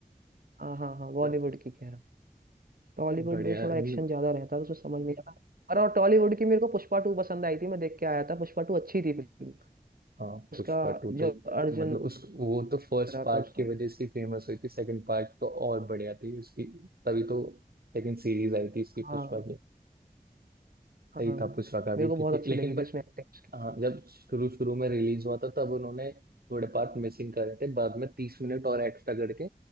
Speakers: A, on the right (about 70°); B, on the right (about 90°).
A: हाँ हाँ हाँ बॉलीवुड
B: चल,
A: की कह रहा हूँ टॉलीवुड
B: बढ़िया
A: में तो
B: है।
A: थोड़ा एक्शन
B: न-
A: ज्यादा रहता है तो उसमें समझ नहीं आता <laughs> और और टॉलीवुड की मेरे को पुष्पा टू पसंद आई थी मैं देख के आया था पुष्पा टू अच्छी थी फिल्म
B: हाँ
A: उसका
B: पुष्पा टू
A: जो
B: तो
A: अर्जुन
B: मतलब उस वो तो फर्स्ट
A: रहा
B: पार्ट
A: था उसमें
B: की वजह से फेमस हुई थी सेकंड पार्ट तो और बढ़िया थी उसकी तभी तो सेकंड सीरीज आई थी इसकी
A: हाँ
B: पुष्पा की
A: हाँ
B: सही था पुष्पा का भी
A: मेरे को
B: क्योंकि
A: बहुत अच्छी
B: लेकिन
A: लगी
B: बट
A: थी उसमें एक्टिंग उसकी
B: हाँ जब शुरू शुरू में रिलीज हुआ था तब उन्होंने थोड़े पार्ट मिसिंग करे थे बाद में तीस मिनट और एक्स्ट्रा करके